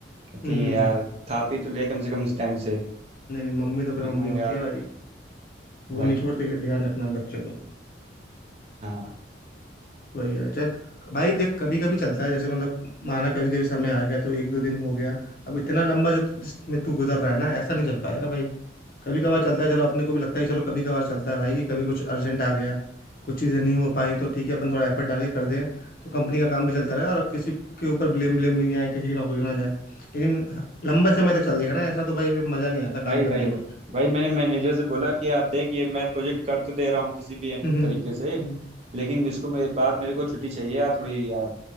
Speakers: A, on the right (about 35°); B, on the left (about 50°).
A: कहती
B: हम्म हम्म।
A: हैं यार खा पी तो ले कम से कम टाइम से
B: नहीं नहीं मम्मी तो
A: तो
B: फिर
A: मैं
B: मम्मी
A: कहूँ
B: होती
A: यार
B: है भाई वो
A: भाई
B: नहीं छोड़ती कि ध्यान रखना बच्चों को
A: हाँ
B: वही है चल भाई देख कभी कभी चलता है जैसे मतलब माना कभी कभी समय आ गया तो एक दो दिन हो गया अब इतना लंबा जो जिसमें तू गुजर रहा है ना ऐसा नहीं चल पाएगा भाई कभी कभार चलता है चलो अपने को भी लगता है कि चलो कभी कभार चलता है भाई कि कभी कुछ अर्जेंट आ गया कुछ चीज़ें नहीं हो पाई तो ठीक है अपन थोड़ा एफर्ट डाल के कर दें तो कंपनी का काम भी चलता रहे और किसी के ऊपर ब्लेम ब्लेम भी नहीं आए किसी की नौकरी ना जाए लेकिन ह- लंबे समय तक चलेगा ना ऐसा तो भाई फिर मज़ा नहीं आता काम
A: भाई
B: करने
A: भाई
B: में
A: भाई मैंने मैनेजर से बोला कि यार देख ये मैं प्रोजेक्ट कर तो दे रहा हूँ किसी भी
B: हम्म
A: तरीके
B: हम्म
A: से
B: हम्म,
A: लेकिन इसको मेरे बाद मेरे को छुट्टी चाहिए यार थोड़ी यार